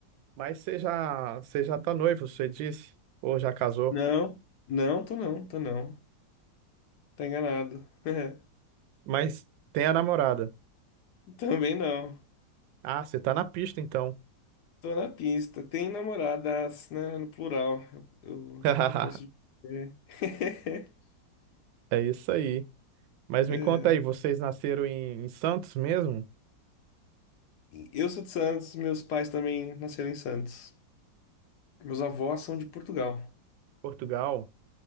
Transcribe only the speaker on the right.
Mas você já, você já tá noivo, você disse? Ou já casou?
Mas tem a namorada.
Ah, você tá na pista então.
<laughs>
É isso aí. Mas
me conta aí, vocês nasceram em, em Santos mesmo?
Portugal?